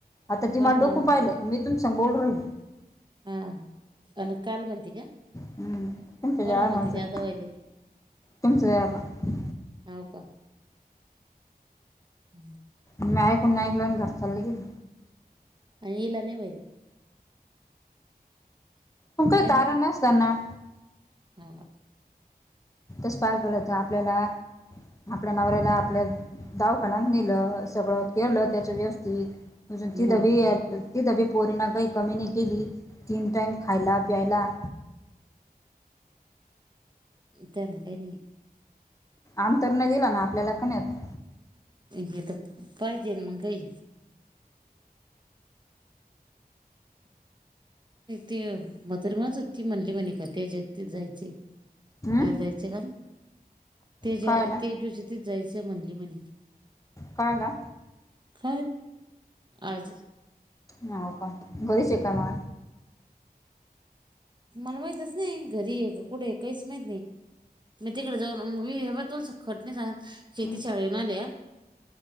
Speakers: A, on the left; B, on the right.
A: आता ती
B: कोणाला
A: मला डोकून
B: म्हणते
A: पाहिलं मी तुून सांगोोल राहिली
B: हां अ काल बंत का
A: हम्म तपजार
B: कोणाला म्हणते
A: मासत
B: जादा व्हायले
A: तमचला हम्म
B: हो का हम्
A: मीकण ऐकला घर चाललं गेलं
B: आणि इिला नाही होईल
A: त काय
B: आहे
A: कारण
B: ना
A: अस असताना
B: हा
A: तस पार गलत आपल्याला आपल्या नवऱ्याला आपल्या दावखान्यात नेलं सगळं केलं त्याच व्यवस् ती म्ह ती दवी
B: मग
A: या ती ब पोरीणा काही कमी नाही केली तीन टाईम खायला प्यायला
B: त्यान काा नाही
A: अंतर नाही दिला ना आपल्याला क नाहीत
B: ह तर पायजे मंगई ते मदरमाच होती म्हणली म्हणे का त्या जत जायचे
A: हम्म
B: काय जायचंय का ते
A: कळायला
B: ज ते दिवशी तेच जायचं म्हणली म्हणे
A: कोयला
B: ख अज
A: हो का घरी श का म
B: मला माहितच नाही घरी आहे कुठे काहीच माहित नाही मी तिकडे जाऊन मी हे तुोलस खट नाही सांग शेती
A: हम्म
B: शा आल्या